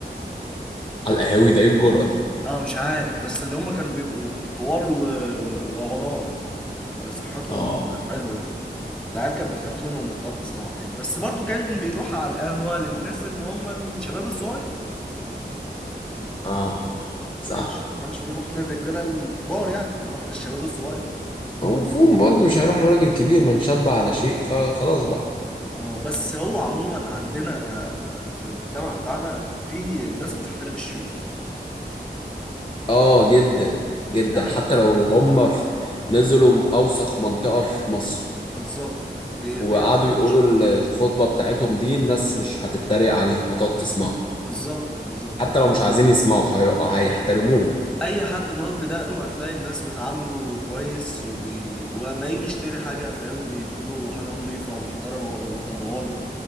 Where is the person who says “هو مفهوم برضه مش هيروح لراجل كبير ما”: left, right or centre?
Left